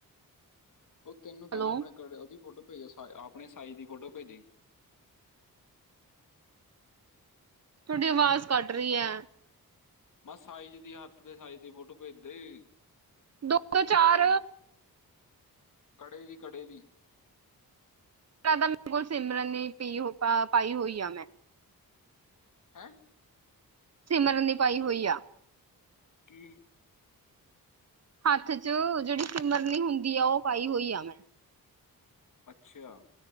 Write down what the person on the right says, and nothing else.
ਹੈਲੋ
ਤੁਹਾਡੀ ਆਵਾਜ਼ ਕੱਟ ਰਹੀ ਹੈ
ਦੋ ਤੋਂ ਚਾਰ
ਤੁਹਾਡਾ ਮੇਰੇ ਕੋਲ ਸਿਮਰਨ ਦੀ ਪੀ ਹੋਤਾ ਪਾਈ ਹੋਈ ਆ ਮੈਂ
ਸਿਮਰਨ ਦੀ ਪਾਈ ਹੋਈ ਆ
ਹੱਥ 'ਚ ਜਿਹੜੀ ਸਿਮਰਨੀ ਹੁੰਦੀ ਆ ਉਹ ਪਾਈ ਹੋਈ ਆ ਮੈਂ